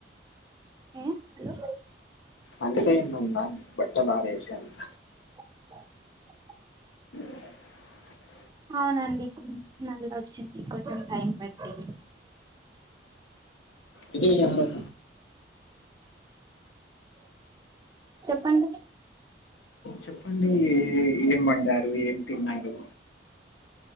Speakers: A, on the right; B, on the left.
A: ఉ హెలో
B: అంత టైమ్ ఉంద బట్టలారేసె అంత
A: <inaudible>
B: <inaudible>
A: అవునండి నల్ వచ్చింది కొంచం టైం పెట్టింది
B: ఇది నంబర్
A: చెప్పండి
B: చెప్పండి ఏం వండారు ఏం తిన్నారు